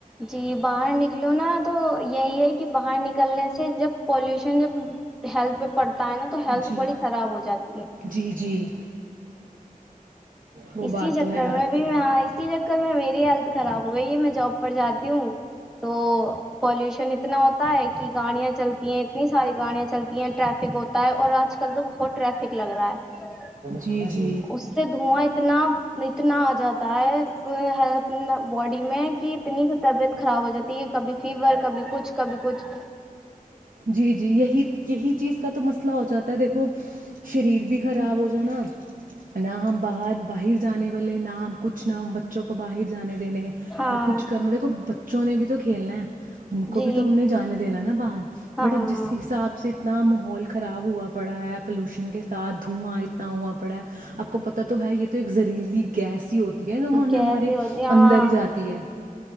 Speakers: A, in the centre; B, on the right.
A: جی باہر نکلو نا تو یہی ہے کہ باہر نکلنے سے جب پالوشن جب ہیلتھ پہ پڑتا ہے نا تو ہیلتھ
B: جی
A: بڑی خراب ہو جاتی ہے
B: جی جی وہ
A: اسی
B: بات
A: چکر
B: تو ہے آپ
A: میں بھی
B: کی
A: ہاں اسی چکر میں میری ہیلتھ خراب ہو گئی ہے میں جاب پر جاتی ہوں تو پالوشن اتنا ہوتا ہے کہ گاڑیاں چلتی ہیں اتنی ساری گاڑیاں چلتی ہیں ٹریفک ہوتا ہے اور آج کل تو بہت ٹریفک لگ رہا ہے
B: جی جی
A: اس سے اتنا آ جاتا ہے اپنا باڈی میں کہ اتنی طبیعت خراب ہو جاتی کبھی فیور کبھی کچھ کبھی کچھ
B: جی جی یہی یہی چیز کا تو مسئلہ ہو جاتا ہے دیکھو شریر بھی خراب ہو جانا نہ ہم باہر باہر جانے والے نہ ہم کچھ نہ ہم بچوں کو باہر جانے وال
A: ہاں
B: نہ کچھ کرنا دیکھو بچوں نے بھی تو کھیلنا ہے ان کو
A: جی
B: بھی تو ہم نے جانے دینا نا باہر
A: ہاں
B: بٹ
A: ہاں
B: اب جس حساب سے اتنا ماحول خراب ہوا پڑا ہے پلوشن کے ساتھ دھواں اتنا ہوا پڑا ہے آپ کو پتا تو ہے یہ تو ایک لہ ریلی گیس ہی ہوتی ہے جو
A: گیس
B: ہمارے
A: بھی ہوتی ہے ہاں
B: اندر ہی جاتی ہے